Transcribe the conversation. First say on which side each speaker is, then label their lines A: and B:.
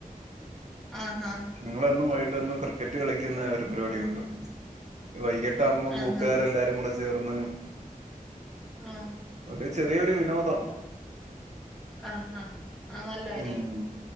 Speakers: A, in the centre; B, on the right.
A: ആഹ് ഹാ
B: ഞങ്ങളൊന്നും വൈകിട്ടന്നും ക്രിക്കറ്റ് കളിക്കുന്ന ഒരു പരിപാടിയുണ്ട് വൈകിട്ട് ആകുമ്പോം
A: ആഹ് ആഹ്
B: കൂട്ടുകാര് എല്ലാരും കൂടെ ചേർന്ന്
A: ആഹ്
B: ഒരു ചെറിയൊരു വിനോദം
A: ആഹ് ആഹ് ആഹ് നല്ല കാര്യം
B: ഉം